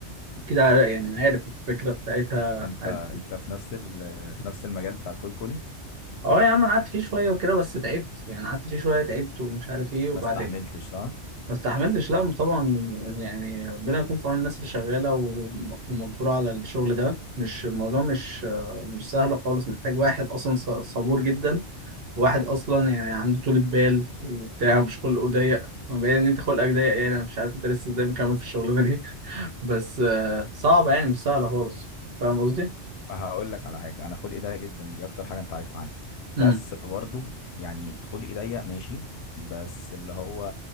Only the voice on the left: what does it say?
انت
انت في نفس ال... في نفس المجال بتاع الكولد كولينج
ما استحملتش صح
هقول لك على حاجه انا خلقي ضيق جدا دي اكتر حاجه انت عارفها عني
بس برضه يعني خلقي ضيق ماشي بس اللي هو